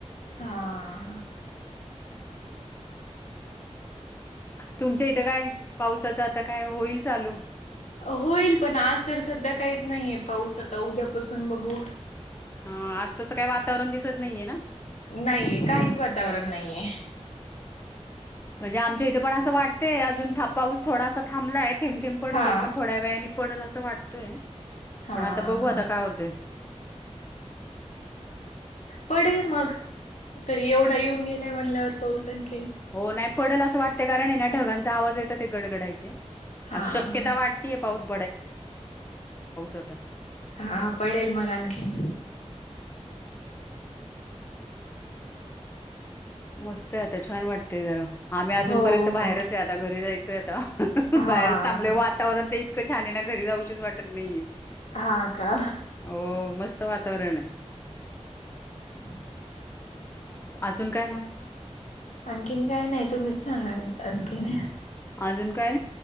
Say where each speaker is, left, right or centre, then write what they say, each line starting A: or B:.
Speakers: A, on the left; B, on the left.
A: हा हा
B: तुमच्या इथं काय पावसाचं आता काय होईल चालू
A: होईल पण आज तर सध्या काहीच नाहीये पाऊस आता उद्यापासून बघू
B: हा आज तसं काही वातावरण दिसत नाहीये ना
A: नाहीे काहीच वातावरण नाहीये
B: म्हणजे आमच्या इथे पण असं वाटतेय अजून पाऊस थोडासा थांबलाय थेब थेब पडतोय
A: हा
B: पण थोड्या वेळाने पडेल असं वाटतोय
A: हा
B: पण आता बघू
A: हा
B: आता काय होते
A: पडेल मग तरी एवढा येऊन गेल्या म्हणल्यावर पाऊस आणखी
B: हो नाही पडल असं वाटत कारण आहे ना ढगांचा आवाज येत ते गडगडायचीचे
A: हा
B: अ शक्यता
A: हा
B: वाढतीय पाऊस <unintelligible>
A: हा पडेल मग आणखीन.
B: मस्त हाय आता छान वाटत ते जरा आम्ही अजूनपर्यंत
A: हो हो
B: बाहेरच आहे आता घरी जायचय आता
A: हा
B: बाहेरच थांबलोय
A: हा
B: वातावरण तर इतकं छान आहे ना घरी जाऊशीच <unintelligible>
A: हा का
B: हो मस्त वातावरण आहे.
A: <inaudible>
B: अजून काय मग.
A: आणखीन काय नाही तुम्हीच सांगा आणखीन.
B: अजून काय